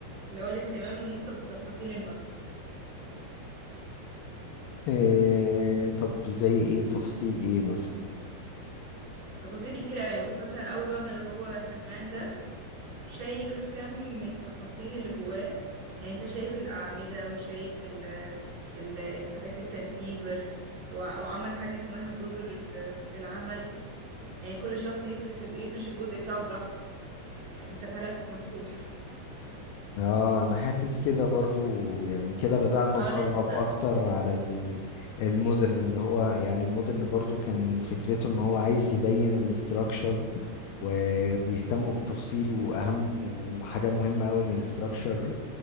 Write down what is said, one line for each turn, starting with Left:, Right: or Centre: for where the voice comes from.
Right: اللي هو الاهتمام المفرط بتفاصيل المبنى
Left: إيه طب زي ايه تفصيل ايه مثلا
Right: تفاصيل كتير قوي بص مثلا اول مبنى اللي هو هرمان ده شايف كم التفاصيل اللي جواه يعني انت شايف الاعمده وشايف ال ال الحاجات الكانتليفر وع- وعمل حاجه اسمها جزر ال- العمل يعني كل شخص يفرش يفرش الجزء بتاعه براحته يعني سابها لك مفتوح
Left: اه انا حاسس كده برضو يعني كده بدأنا
Right: اه
Left: نقرب
Right: اللي انت
Left: اكتر على ال- المودرن اللي هو يعني المودرن برضو كان فكرته ان هو عايز يبين الاستراكشر وبيهتموا بالتفاصيل واهم وحاجة مهمة قوي ان الاستراكشر